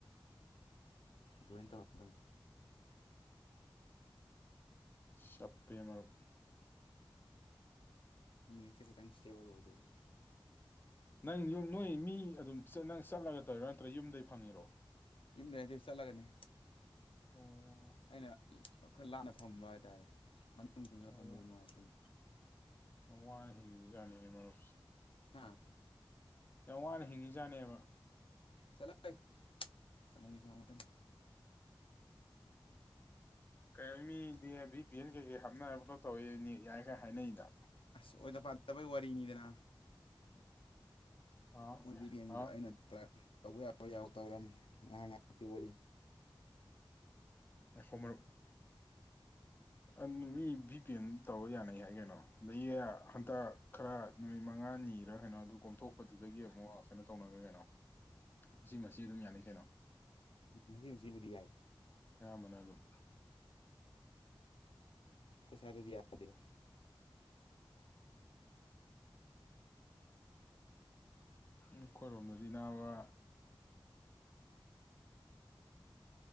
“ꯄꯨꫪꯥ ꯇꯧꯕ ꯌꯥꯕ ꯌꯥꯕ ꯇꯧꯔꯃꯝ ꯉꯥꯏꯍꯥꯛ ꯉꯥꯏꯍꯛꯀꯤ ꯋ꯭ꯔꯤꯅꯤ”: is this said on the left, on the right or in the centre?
Left